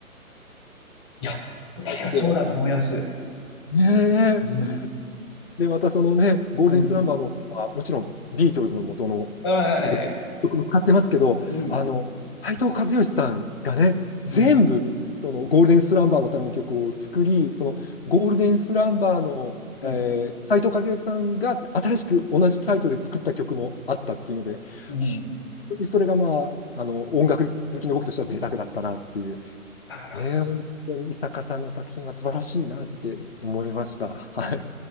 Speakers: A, on the left; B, on the left.
A: いや、確かそうだと思います。
B: ってます。ねえ。
A: うん、
B: で、またそのね、ゴールデンスランバーの方は、
A: うん。
B: もちろんビートルズの元の
A: はいはいはい。
B: ご曲も使ってますけど、
A: うん、
B: あの、斉藤和義さんがね、全部、
A: うん、
B: そのゴールデンスランバーのための曲を作り、そのゴールデンスランバーの、
A: うん、
B: えー、斉藤和義さんが新しく同じタイトルで作った曲もあったっていうので、
A: うん。
B: 本当にそれがまあ、あの、音楽好きの僕としては贅沢だったなっていう、
A: なるほど
B: ね、本当に伊坂さんの作品は素晴らしいなって思いました。はい。